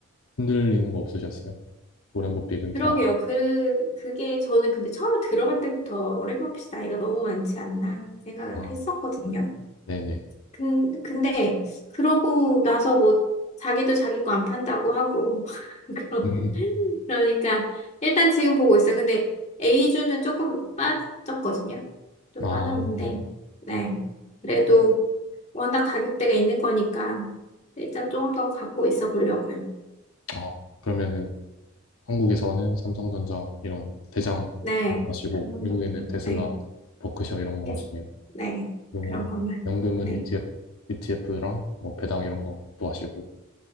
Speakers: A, on the left; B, on the left.
A: 흔들리는 거 없으셨어요? 워렌 버핏 은퇴하.
B: 그러게요. 그, 그게 저는 근데 처음에 들어갈 때부터 랩머핏이 나이가 너무 많지 않나 생각을
A: 아,
B: 했었거든요.
A: 네네.
B: 근, 근데 그러고 나서 뭐 자기도 자기 거 안 판다고 하고 <laughs> 그러-
A: 음.
B: 그러니까 일단 지금 보고 있어요. 근데 A주는 조금 빠졌거든요. 좀
A: 아,
B: 빠졌는데
A: 네.
B: 네. 그래도 워낙 가격대가 있는 거니까 일단 좀 더 갖고 있어 보려고요.
A: 아, 그러면은 한국에서는 삼성전자 이런 대장
B: 네,
A: 하시고
B: 한번더
A: 미국에는 테슬라,
B: 네,
A: 버크셔 이런 거
B: yes.
A: 하시네요.
B: 네,
A: 그리고
B: 그런 것만.
A: 연금은
B: 네,
A: ETF, ETF랑 뭐 배당 이런 것도 하시고